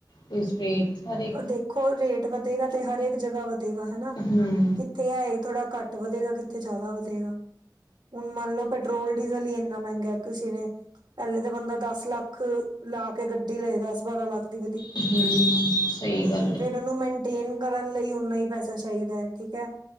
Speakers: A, on the left (about 80°); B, on the right (about 80°).
A: ਤੇ ਸਟ੍ਰੇਟ ਸਾਰੇ
B: ਅ ਦੇਖੋ ਰੇਟ, ਵਧੇਗਾ ਤੇ ਹਰੇਕ ਜਗਾ, ਵਧੇਗਾ ਹੈਨਾ।
A: ਹੂੰ
B: ਕਿ, ਤੇ ਐ ਏ, ਥੋੜਾ ਘੱਟ ਵਧੇਗਾ, ਕਿਥੇ ਜੈਦਾ ਵਧੇਗਾ। ਹੁਣ ਮੰਨ ਲੋ ਪੈਟਰੋਲ, ਡੀਜ਼ਲ ਹੀ ਇੰਨਾ ਮੈੰਗਾ ਹੈ। ਕਿਸੀ ਨੇ, ਪੈਲੇ ਤਾਂ ਬੰਦ ਦਸ ਲੱਖ ਲਾ ਕੇ ਗੱਡੀ ਲਏਗਾ। ਦਸ-ਬਾਰਾਂ ਲੱਖ। ਦੀ
A: ਹੂੰ, ਸਹੀ ਗੱਲ। ਹੈ
B: ਐਨੂੰ ਮੈਨਟੇਨ, ਕਰਨ ਲਈ ਉਹਨਾਂ ਹੀ ਪੈਸਾ ਚਾਹੀਦਾ ਹੈ, ਠੀਕ ਹੈ।